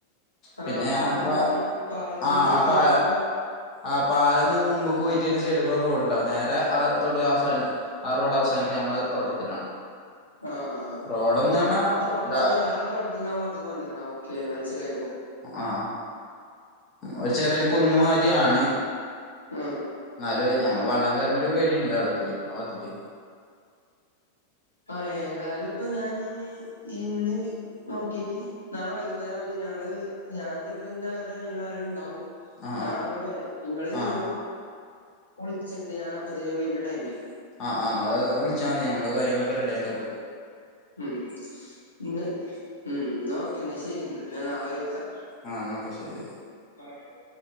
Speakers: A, on the left; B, on the left.
A: ആഹ്
B: പിന്നെ ഞ
A: പാലൊക്കെ കഴിഞ്ഞ് പാലത്തിന്റെ
B: ആ
A: കിഴക്കേയറ്റ
B: അപ്പൊ
A: ഭാഗത്താ
B: ആ പാലന്ന് മുമ്പ്ക്ക് പോയിട്ട് സൈഡ്ക്കുടെ റോഡ് ഉണ്ടാവും. നേരെ തൊടു അവസവാനി ആ റോഡ് അവസാനിക്ക നമ്മള തോട്ടത്തിലാണ്.
A: ആഹ്
B: റോഡന്ന്
A: ആഹ്
B: പറഞ്ഞാ
A: ആ തോട്ടത്തിൻ്റെ,
B: ഇതാ
A: ആ തോട്ടത്തിൻ്റെ ആ വാത്ക് ഞാൻ വന്ന്ക്ക്ണ് ആ ഓക്കെ മനസ്സിലായിപ്പം.
B: ആഹ് ഒരു ചെറിയരു കുന്നമാരിയാണ്.
A: ഹ്മ്
B: ന്നാലും അഅ് ഞമ്മ വള്ളം കേർന്നൊരു പേടിയുണ്ടവിട്ക്ക് ആവാത്ക്ക്.
A: ആ ഏതായാലും ഇപ്പൊ ഞാൻ ഇന്ന് നോക്കിട്ട്. നാളെ വൈകുന്നേരവുംമ്പോത്തിൻ ഞങ്ങള് ഞാൻ ചെൽപ്പം ൻ്റെ ഒരനിയൻ ആരേലും ണ്ടാവും.
B: ആ
A: ഞാ അങ്ങട്ട് വരാ. ഇങ്ങള്
B: ആ ആ
A: ഞാൻ ഒളിച്ചണ്ട് ഞൻ അപ്പത്തിൻ വര്ണ ടൈമില്.
B: ആ ആ നിങ്ങങ്ങള് വിളിച്ചാൽ മതി ഞമ്മള് കാര്യങ്ങളൊക്കെ റെഡി ആക്കാ പോക്ക്.
A: ഉം. ഇ ഉം. ന്നാ ഓക്കെന്നാ ശരി ന്നാ ഞാൻ നാളെ വിളിക്കാ.
B: ആ ന്നാ ഓക്കെ ശരി.
A: <unintelligible>